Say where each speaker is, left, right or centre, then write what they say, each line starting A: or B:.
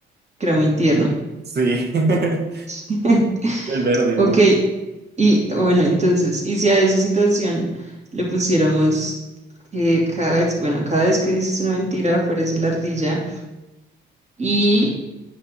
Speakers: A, on the right (about 35°); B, on the right (about 55°).
A: que era muy tierno.
B: sí, <laughs>
A: <laughs>
B: el verde,
A: Ok,
B: ¿no?
A: y bueno, entonces, y si a esa situación le pusiéramos que cada vez, bueno, cada vez que dices una mentira aparece la ardilla y